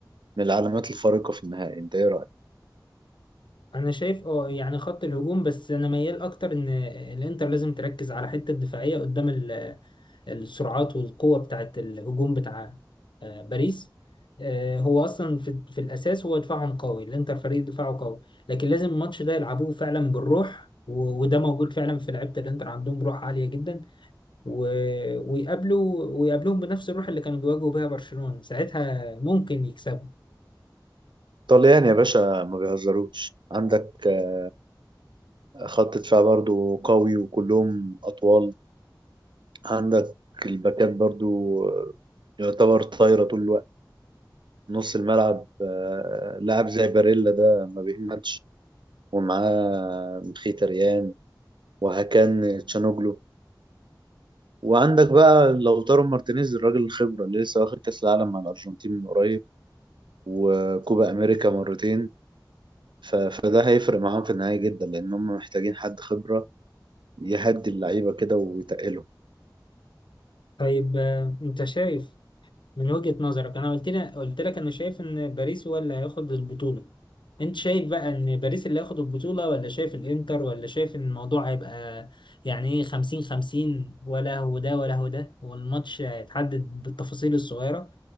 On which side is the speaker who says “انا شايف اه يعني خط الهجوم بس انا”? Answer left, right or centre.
Left